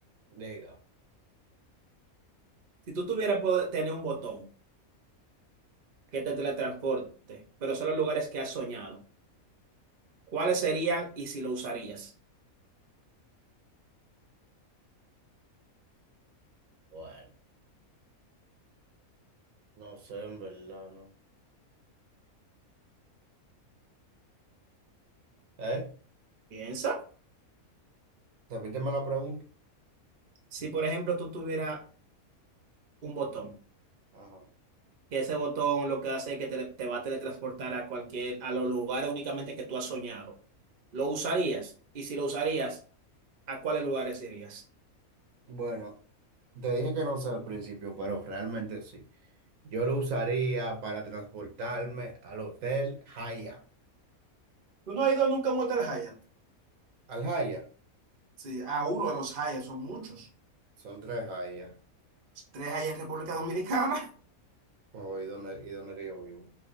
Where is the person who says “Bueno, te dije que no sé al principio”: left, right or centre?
Right